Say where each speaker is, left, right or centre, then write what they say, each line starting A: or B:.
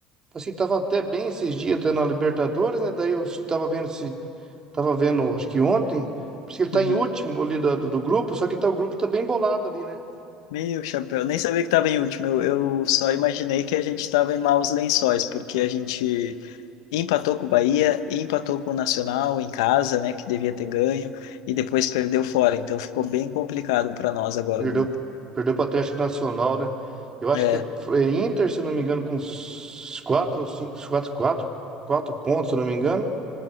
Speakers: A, on the right; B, on the left.
A: assim, tava até bem esses dias, até na Libertadores, né? Daí eu tava vendo esse, tava vendo, acho que ontem, porque ele tá
B: Uhum.
A: em último ali da- do, do grupo, só que tá, o grupo tá bem bolado ali, né?
B: Meu chapéu, nem sabia que estava em último. Eu, eu só imaginei que a gente estava em maus lençóis, porque a gente empatou com o Bahia, empatou com o Nacional em casa, né, que devia ter ganho, e depois perdeu fora. Então ficou bem complicado para nós agora
A: Perdeu,
B: o grupo.
A: perdeu pro Atlético Nacional, né? Eu acho
B: É.
A: que é, é Inter, se eu não me engano, com uns quatro, ou cinco, quatro, quatro, quatro pontos, se eu não me engano.